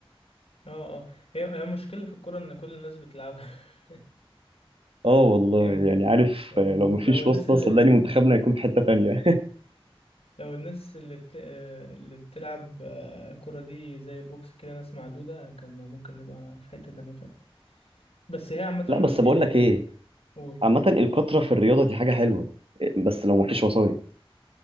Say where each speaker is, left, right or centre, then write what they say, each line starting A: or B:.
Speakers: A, on the left; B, on the right.
A: <laughs> اه اه هي هي مشكله في الكوره ان كل الناس بتلعبها <laughs>
B: اه والله
A: آه
B: يعني عارف
A: يعني
B: آه، لو
A: لو,
B: مفيش
A: لو الناس
B: واسطه
A: اللي
B: صدقني منتخبنا هيكون في حته تانية
A: لو الناس اللي بت... آه، اللي بتلعب آه، كرة دي زي البوكس كده ناس معدودة كان ممكن نبقى في حتة تانية فعلا بس هي
B: <laughs>
A: عامة
B: لا بس
A: ايه
B: بقول لك ايه
A: قول
B: عامه الكتره في الرياضه دي حاجه حلوه بس لو مفيش وسايط